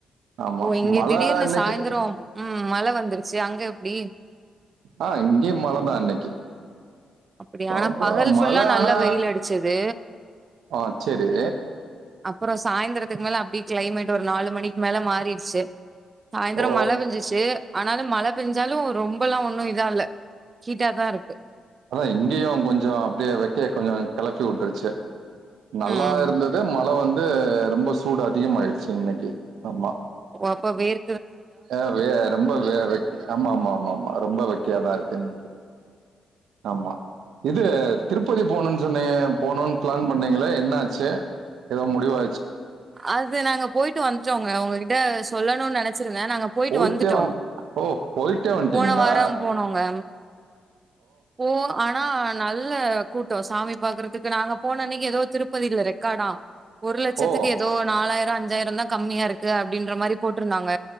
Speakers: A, on the right; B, on the right.
A: ஆமா
B: ஓ இங்க
A: மழ
B: திடீர்னு
A: இன்னைக்கு
B: சாயந்தரோ ம் மழை வந்துருச்சு அங்க எப்டி
A: ஆ இங்கயு மழதா இன்னைக்கு
B: அப்டியா ஆனா
A: அப்பா
B: பகல் ஃபுல்லா
A: மழ
B: நல்லா
A: ஆனா
B: வெயில் அடிச்சது
A: ஆ செரீ
B: அப்புற சாய்ந்திரத்துக்கு மேல அப்படியே கிளைமேட் ஒரு நாலு மணிக்கு மேல மாறிடுச்சு சாயந்திர
A: ஓ
B: மழ பெஞ்சிச்சு ஆனாலு மழ பெஞ்சாலு ரொம்பெல்லா ஒண்ணு இதால்ல ஹீட்டாாதா இருக்கு
A: அதா இங்கியு கொஞ்ச அப்படியே வைக்க கொஞ்ச கெளப்பி விட்டுருச்சு நல்லா
B: ம்
A: இருந்தது மழ வந்து ரொம்ப சூடு அதிகமாயிடுச்சு இன்னைக்கி ஆமா
B: பாப்பா வேற்
A: ஆ வே ரொம்ப வே வெக் ஆமா ஆமா ஆமா ஆமா ரொம்ப வெக்கயாதா இருக்கு இன்னைக்கி ஆமா இது திருப்பதி போனுன் சொன்னீங் போனோன்னு ப்ளான் பண்ணீங்களே என்னாச்சு ஏதோ முடிவா
B: அது நாங்க போயிட்டு வந்ட்டோங்க உங்ககிட்ட சொல்லணுன்னு நனைச்ச வச்சிருந்தே நாங்க போயிட்டு
A: போயிட்டே
B: வந்துட்டோ
A: வந் ஓ போயிட்டே வந்ட்டீங்களா
B: போன வாரம் போனோங்க ஓ ஆனா நல்ல கூட்ட சாமி பாக்குறதுக்கு நாங்க போனன்னிக்கு ஏதோ திருப்பதில ரெக்கார்டா ஒரு லட்சத்துக்கு
A: ஓ
B: ஏதோ நாலாயிர அஞ்சாயிர தா கம்மியாருக்கு அப்டின்ற மாரி போட்ருந்தாங்க